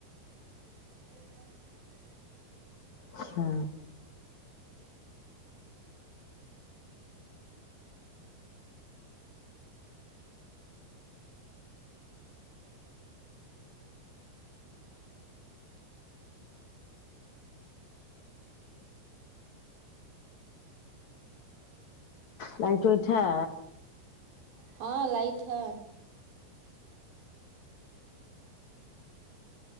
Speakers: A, on the right (about 75°); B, on the left (about 60°).
A: <inaudible>
B: اچھا لائٹ وایٹ ہے
A: ہاں لائٹ ہے